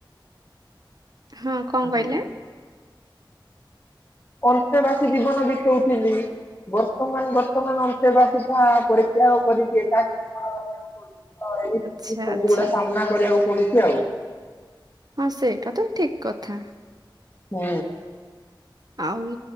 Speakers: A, on the right (about 50°); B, on the left (about 25°).
A: ହଁ କଣ କହିଲେ?
B: ହୁଁ। ଅନ୍ତେ ବସି ଜୀବନ ବିତଉଥିଲି। ବର୍ତ୍ତମାନ ବର୍ତ୍ତମାନ ଅନ୍ତେବାସୀ ଟା ପରୀତ୍ୟାଗ କରିଛିଟ କି ରକୁ ପଡୁଛି। ହଁ ଏଇ
A: ଆଚ୍ଛା
B: ସବୁ
A: ଆଚ୍ଛା
B: ଗୁଡା ସାମ୍ନା କରିବାକୁ ପଡୁଛି ଆଉ।
A: ହଁ ସେଇଟା ତ ଠିକ୍ କଥା।
B: ହୁଁ।
A: ଆଉ